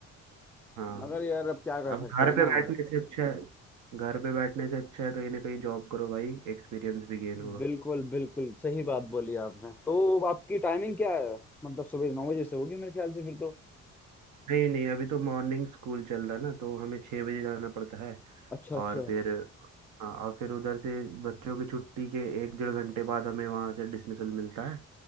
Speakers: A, on the right; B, in the centre.
A: हाँ
B: मगर यार अब क्या कर
A: अब
B: सकते
A: घर
B: हैं
A: पे
B: ना
A: बैठने से अच्छा है घर पे बैठने से अच्छा है कहीं ना कहीं जॉब करो भाई एक्सपीरियंस भी गेन होगा
B: बिल्कुल बिल्कुल सही बात बोली आपने तो आपकी टाइमिंग क्या है मतलब सुबह नौ बजे से होगी मेरे ख्याल से फिर तो
A: नहीं नहीं अभी तो मॉर्निंग स्कूल चल रहा है ना तो हमें छः बजे जाना पड़ता है
B: अच्छा अच्छा
A: और फिर हाँ और फिर उधर से बच्चों की छुट्टी के एक डेढ़ घंटे बाद हमें वहाँ से डिसमिसल मिलता है